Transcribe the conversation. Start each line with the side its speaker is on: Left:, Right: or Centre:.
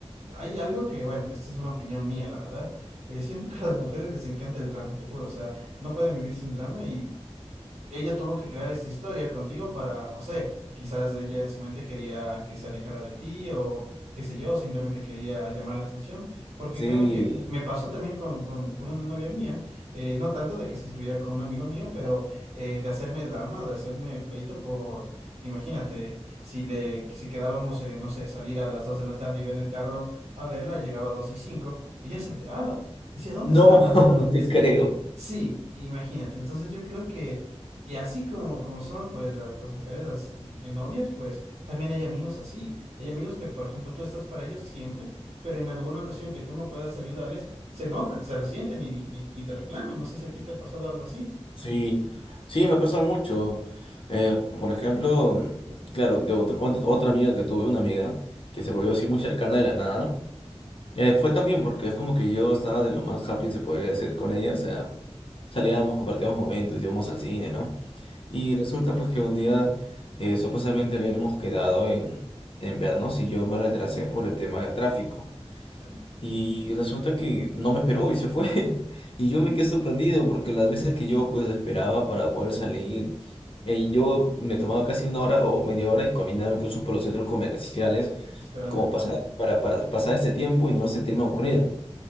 Right: hay algo que, bueno, esta es una opinión mía, la verdad. eh, siento que a las mujeres les encanta el drama, te juro, o sea, no pueden vivir sin drama y ella tuvo que crear esta historia contigo para, no sé, quizás ella en su mente quería que se alejara de ti o qué sé yo, simplemente quería llamar la atención, porque
Left: Sí,
Right: créeme que me pasó también con, con, con una novia mía, eh, no tanto de que se escribiera con un amigo mío, pero eh, de hacerme drama, de hacerme pleito por, imagínate, si le, si quedábamos, eh, no sé, salir a las 2 de la tarde, iba en el carro a verla, llegaba a 2 y cinco ella se alteraba, decía, ¿dónde
Left: no,
Right: estabas?
Left: <laughs> no te
Right: Es
Left: creo.
Right: que... Sí, imagínate. Entonces yo creo que y así como, como son, pues, las, las mujeres, las eh, novias, pues, también hay amigos así. Hay amigos que, por ejemplo, tú estás para ellos siempre, pero en alguna ocasión que tú no puedas ayudarles, se enojan, se resienten y, y, y te reclaman. No sé si a ti te ha pasado algo así,
Left: Sí, sí, me pasa mucho. Eh, por ejemplo, mm, claro, de otra ot- otra amiga que tuve, una amiga que se volvió así muy cercana de la nada, eh, fue también porque es como que yo estaba de lo más happy, se podría decir, con ella, o sea, salíamos, compartíamos momentos, íbamos al cine, ¿no? Y resulta pues que un día eh, supuestamente habíamos quedado en, en vernos y yo me retrasé por el tema del tráfico.
Right: ¿no?
Left: Y resulta que no me esperó y se fue. <laughs> Y yo me quedé sorprendido porque las veces que yo pues esperaba para poder salir, eh, yo me tomaba casi una hora o media hora y caminaba incluso por los centros comerciales
Right: Esperándola.
Left: como pasar, para, para pasar este tiempo y no sentirme aburrido.